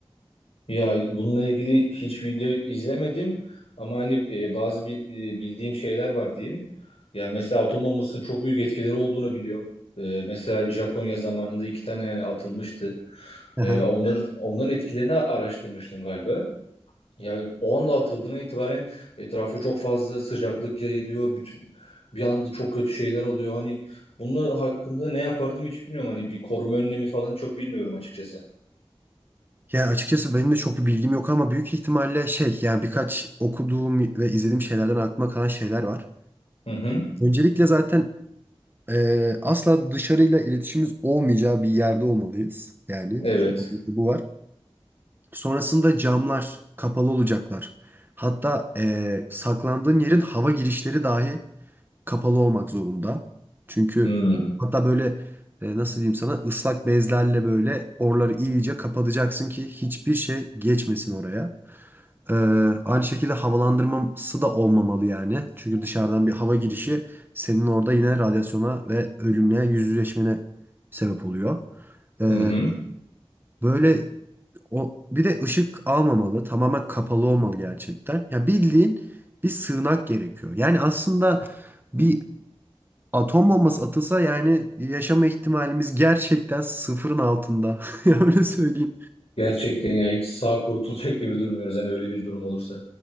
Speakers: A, on the left; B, on the right.
A: Ya bununla ilgili hiç video izlemedim ama hani e, bazı bi- e, bildiğim şeyler var diyeyim. Ya mesela atom bombasının çok büyük etkileri olduğunu biliyorum. E, mesela Japonya zamanında iki tane yani atılmıştı. E,
B: Aha.
A: onların onların etkilerini araştırmıştım galiba. Ya o anda atıldığına itibaren etrafa çok fazla sıcaklık yayılıyor. Bütün bir anda çok kötü şeyler oluyor. Hani bunun hakkında ne yapardım hiç bilmiyorum. Hani bir koruma önlemi falan çok bilmiyorum açıkçası.
B: Ya açıkçası benim de çok bir bilgim yok ama büyük ihtimalle şey yani birkaç okuduğum ve izlediğim şeylerden aklıma kalan şeyler var.
A: Hı hı.
B: Öncelikle zaten Ee, asla dışarıyla iletişimimiz olmayacağı bir yerde olmalıyız. Yani
A: Evet.
B: bu var. Sonrasında camlar kapalı olacaklar. Hatta ee, saklandığın yerin hava girişleri dahi kapalı olmak zorunda. Çünkü
A: Hı
B: hatta böyle ee, nasıl diyeyim sana ıslak bezlerle böyle oraları iyice kapatacaksın ki hiçbir şey geçmesin oraya. Ee, aynı şekilde havalandırması da olmamalı yani. Çünkü dışarıdan bir hava girişi senin orada yine radyasyona ve ölümle yüzleşmene sebep oluyor. Ee,
A: hı.
B: böyle o bir de ışık almamalı. Tamamen kapalı olmalı gerçekten. Ya bildiğin bir sığınak gerekiyor. Yani aslında bir atom bombası atılsa yani yaşama ihtimalimiz gerçekten sıfırın altında. <laughs> Ya öyle söyleyeyim.
A: Gerçekten ya hiç sağ kurtulacak gibi durmuyoruz yani öyle bir durum olursa.